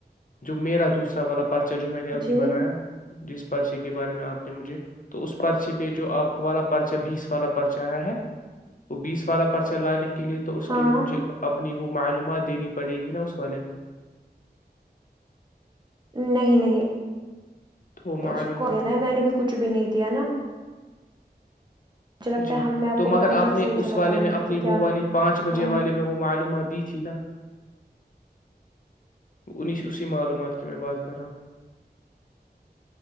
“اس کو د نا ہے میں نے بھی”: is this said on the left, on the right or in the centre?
Right